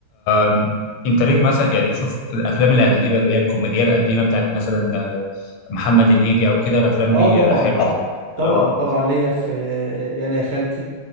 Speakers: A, on the left; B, on the right.
A: آم، انت ليك مثلا يعني شوف الافلام القديمه اللي هي الكوميديا القديمه بتاعت مثلا آه، محمد هنيدي او كده الافلام
B: اه
A: دي
B: طبعا
A: آه، حلوه اه
B: طبعا
A: يعني آه،
B: طبعا ليا في يعني يا خالتي